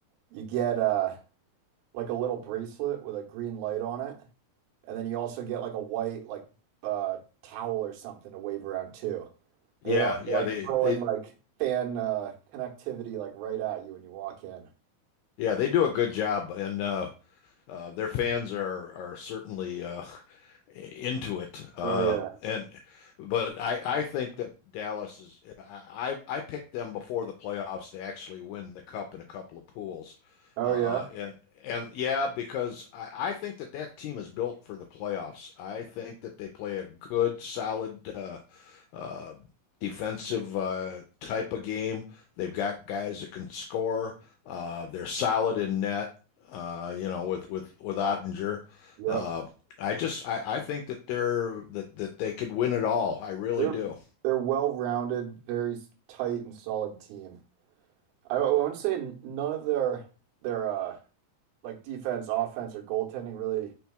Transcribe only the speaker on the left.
yeah
yeah
they
they
yeah they do a good job, and uh, uh, their fans are are certainly uh, into it. Uh,
and but I I think that Dallas is I I picked them before the playoffs to actually win the cup in a couple of pools,
uh,
and and yeah because I, I think that that team is built for the playoffs. I think that they play a good solid. Uh, uh, defensive uh, type of game. They've got guys that can score. Uh, they're solid in net. Uh, you know, with with with Ottinger.
Uh, I just I, I think that they're that that they could win it all. I really
do.